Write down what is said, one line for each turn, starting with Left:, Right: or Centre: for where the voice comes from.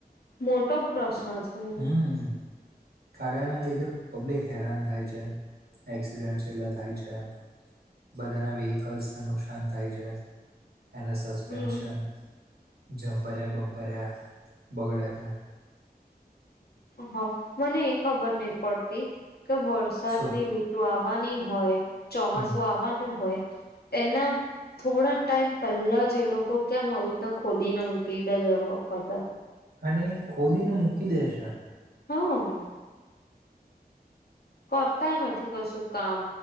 Left: મોટો પ્રશ્ન છે
Right: હમ ખાડાના લીધે પબ્લિક હેરાન થાય છે એક્સિડેન્ટસ એટલા થાય છે. બધાના વ્હીકલ્સને નુકસાન થાય છે એના સસ્પેન્શન
Left: હમ
Right: જંપર્યા બંપર્યા બગડે છે.
Left: હા મને એ ખબર નહી પડતી કે વરસાદની
Right: શું
Left: ઋતુ આવવાની હોય ચોમાસું
Right: હમ
Left: આવવાનું હોય એના થોડા ટાઈમ પહેલાજ એ લોકો કેમ આવી રીતના ખોદીને મૂકી દે દર વખત
Right: અને એ ખોદીને મૂકી દેશે.
Left: હમ્મ. કરતાય નથી કશું કામ.